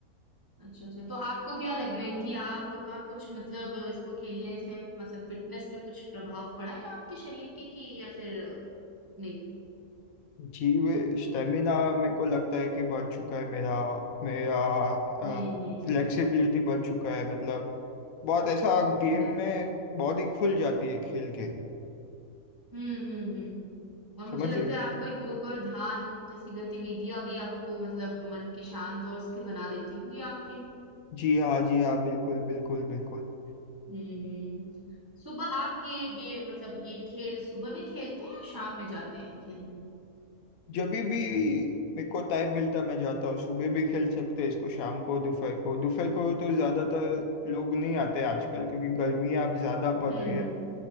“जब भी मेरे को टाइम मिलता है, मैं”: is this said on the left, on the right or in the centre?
Left